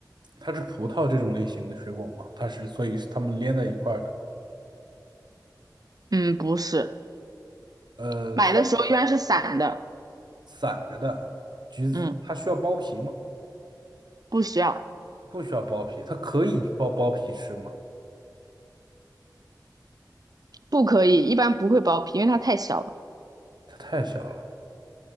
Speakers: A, on the right (about 80°); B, on the right (about 60°).
A: 它是葡萄这种类型的水果吗？它是，所以是它们连在一块儿的，
B: 嗯，不是，
A: 呃，
B: 买的时候一般是散的，
A: 它是散着的，橘子它需要剥皮吗？
B: 嗯，不需要，
A: 它不需要剥皮，它可以剥剥皮吃吗？
B: 不可以，一般不会剥皮，因为它太小了，
A: 它太小了，